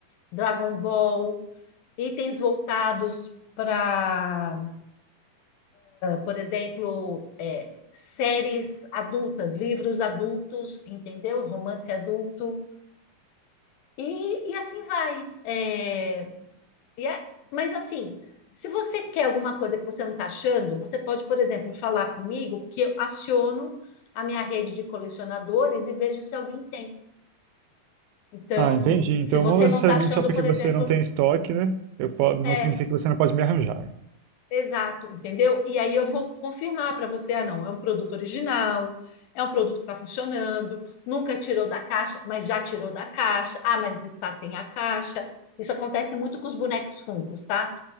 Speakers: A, on the left; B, on the right.
A: Dragon Ball, itens voltados para por exemplo, é, séries adultas, livros adultos, entendeu? Romance adulto, e, e assim vai. É, e é- mas assim, se você quer alguma coisa que você não está achando, você pode, por exemplo, falar comigo que eu aciono a minha rede de colecionadores e vejo se alguém tem. Então,
B: Ah, entendi. Então,
A: se você
B: não necessariamente
A: não está achando,
B: só porque
A: por
B: você
A: exemplo,
B: não tem estoque, né? Eu po- Não
A: é,
B: significa que você não pode me arranjar.
A: Exato, entendeu? E aí eu vou confirmar para você, ah, não, é um produto original, é um produto que está funcionando, nunca tirou da caixa, mas já tirou da caixa, ah, mas está sem a caixa. Isso acontece muito com os bonecos Funkos, tá?